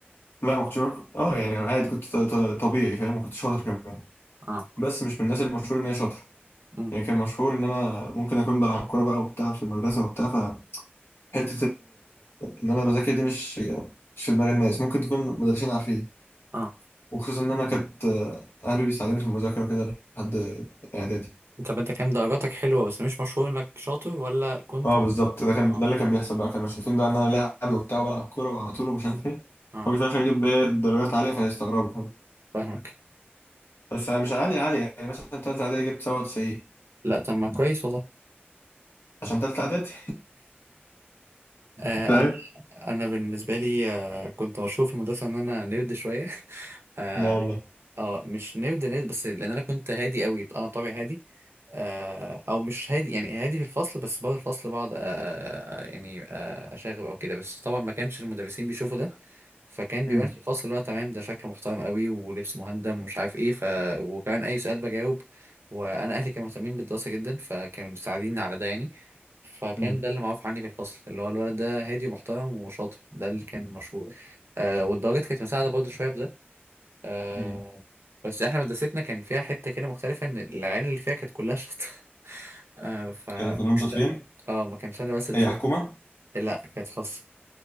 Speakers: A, on the left; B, on the right.
A: لا ما كنتش بر- اه يعني عادي كنت ط- ط- طبيعي فاهم ما كنتش شاطر كمان
B: اه
A: بس مش من الناس المشهور ان هي شاطره
B: مم.
A: يعني كان مشهور ان انا ممكن اكون بلعب كوره بقى وبتاع في المدرسه وبتاع فحته ان ان انا بذاكر دي مش مش في دماغ الناس ممكن تكون مدرسين عارفين
B: اه
A: وخصوصا ان انا كانت آه، اهلي بيساعدوني في المذاكره وكده لحد اعدادي
B: طب انت كان درجاتك حلوة بس مش مشهور انك شاطر ولا كنت
A: اه
B: م...
A: بالظبط ده كان
B: اه
A: ده اللي كان بيحصل بقى كانوا شايفين بقى ان انا لاعب وبتاع وبلعب كوره على طول ومش عارف ايه
B: اه
A: واجي في الاخر اجيب ايه درجات عاليه فيستغربوا فاهم
B: فاهمك
A: بس أنا مش عاليه عاليه يعني مثلا ثالثه اعدادي جبت 97
B: لا طب ما كويس والله
A: عشان ثالثه اعدادي
B: آه
A: فاهم
B: انا انا بالنسبة لي آه كنت مشهور في المدرسة ان انا نيرد شوية <laughs> اه,
A: لا والله
B: آه مش نيرد نيرد بس لان انا كنت هادي قوي انا بطبعي هادي آه، او مش هادي يعني هادي في الفصل بس بعد الفصل بقعد آه، آه، يعني آه، اشاغب او كده بس طبعا ما كانش المدرسين بيشوفوا ده فكان
A: امم
B: بيبان في الفصل اللي هو تمام ده شكله محترم قوي ولبس مهندم ومش عارف ايه ف وكمان اي سؤال بجاوب وانا اهلي كانوا مهتمين بالدراسه جدا فكانوا مساعديني على ده يعني فكان
A: امم
B: ده اللي معروف عني في الفصل اللي هو الولد ده هادي ومحترم وشاطر ده اللي كان مشهور آه والدرجات كانت مساعده برضه شويه في ده آه
A: امم
B: بس احنا مدرستنا كان فيها حتة كده مختلفة ان العيال اللي فيها كانت كلها شاطرة <laughs> آه ف ما
A: كانوا كلهم
B: كانش
A: شاطرين
B: اه ما كانش انا بس اللي
A: هي
B: شاطر
A: حكومه
B: لا كانت خاصة